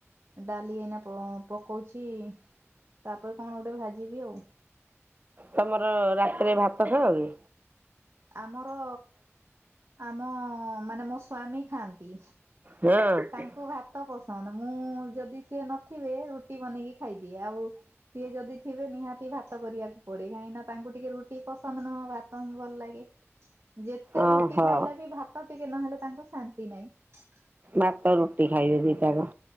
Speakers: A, on the right; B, on the right.
A: ଡାଲି ଏଇନା ପ ପ ହୋଉଚି ତାପରେ କଣ ଗୋଟେ ଭାଜିବି ଆଉ।
B: ତମର ରାତିରେ ଭାତ ଖାଅ କି?
A: ଆମର ଆମ ମାନେ ମୋ ସ୍ଵାମୀ ଖାଆନ୍ତି
B: ହଁ
A: ତାଙ୍କୁ ଭାତ ପସନ୍ଦ ମୁଁ ଯଦି ସେ ନଥିବେ ରୁଟି ବନେଇକି ଖାଇଦିଏ। ଆଉ ସିଏ ଯଦି ଥିବେ ନିହାତି ଭାତ କରିବାକୁ ପଡେ। କାହିଁକି ତାଙ୍କୁ ଟିକେ ରୁଟି ପସନ୍ଦ ନୁହଁ ଭାତ ହିଁ ଭଲ ଲାଗେ। ଯେତେ
B: ଓହୋ।
A: ରୁଟି ଖାଇଲା ବି ଭାତ ଟିକେ ନହେଲେ ତାଙ୍କୁ ଶାନ୍ତି ତି ନାହିଁ।
B: ଭାତ ରୁଟି। ଖାଇବେ ଦି ଟାଙ୍କ